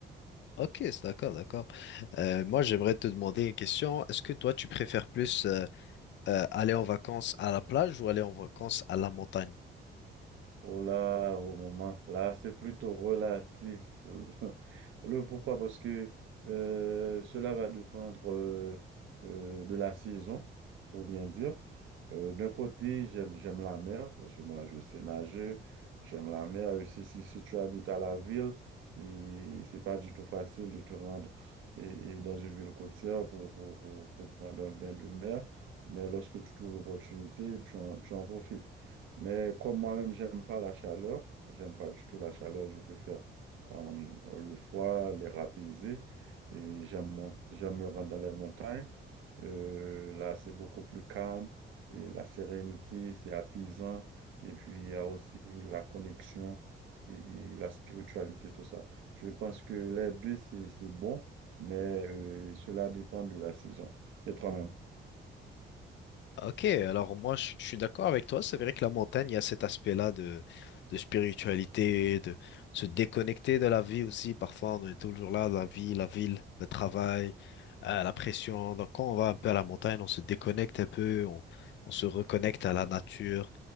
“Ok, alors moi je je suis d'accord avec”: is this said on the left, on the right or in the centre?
Left